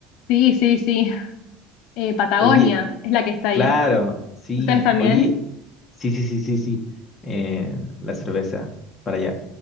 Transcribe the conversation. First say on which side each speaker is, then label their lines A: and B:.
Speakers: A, on the left (about 65°); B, on the left (about 20°).
A: Sí, sí, sí. Eh, Patagonia
B: Oye,
A: es la que está ahí.
B: Claro, sí.
A: ¿Ustedes también?
B: Oye, sí, sí, sí, sí, sí. Eh, la cerveza para allá.